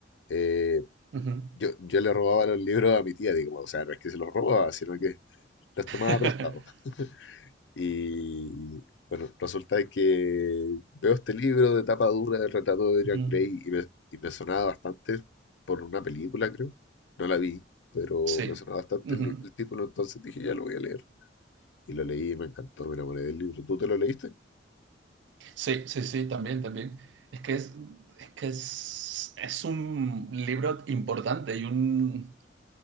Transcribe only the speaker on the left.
Eh,
yo, yo le robaba los libros a mi tía, digamos, o sea, no es que se los robaba, sino que los tomaba
prestados. Y bueno, resulta de que veo este libro de tapa dura del retrato de Dorian
Gray y me, y me sonaba bastante por una película, creo. No la vi, pero
me sonaba bastante
el, li- el título, entonces dije, ya lo voy a leer. Y lo leí y me encantó, me enamoré del libro. ¿Tú te lo leíste?